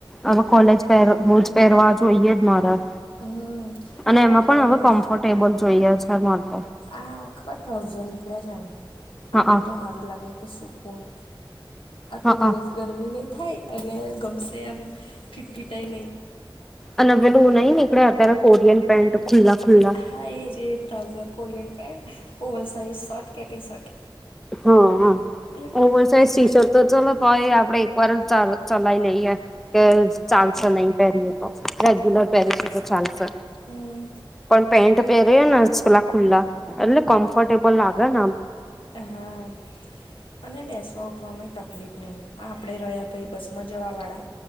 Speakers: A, in the centre; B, on the left (about 80°).
A: હવે કોલેજ પહેર પહેરવા જોઈએ જ, મારા.
B: હમ.
A: અને
B: તો
A: એમાં
B: આપણે
A: પણ હવે
B: રોજ
A: કમ્ફર્ટેબલ જોઈએ છે પણ
B: આ ખબર ટ્રાઉઝર નીકળ્યા છે એમ આમને
A: હઅ
B: તો હાર રુ લાગે કે સુકુણ આખો
A: હઅ
B: દિવસ ગરમી નહીં થાય અને ગમશે એમ ફિટ ફીટાય નહીં
A: અને પેલું નહી નીકળે અત્યારે કોરિયન પેન્ટ ખુલ્લા ખુલ્લા
B: હા એ જે એ trouser Korean pant over size shirt કે ટી શર્ટ
A: હા હ
B: એટલે
A: ઓવર સાઇઝ ટી શર્ટ તો ચલો તોય આપડે એક વાર જ ચ ચલાવી લઈએ કે ચાલશે નહી પરીએ તો રેગ્યુલર પેરીસ તો ચાલશે.
B: હમ
A: પણ પેન્ટ પહેરી ને પેલા ખુલ્લા એટલે કમ્ફર્ટેબલ લાગે ને આમ.
B: હા અને બેસ. તોઠવામાં તકલીફ નહીં આ આપણે રહ્યા ભાઈ બસમાં જવાળા.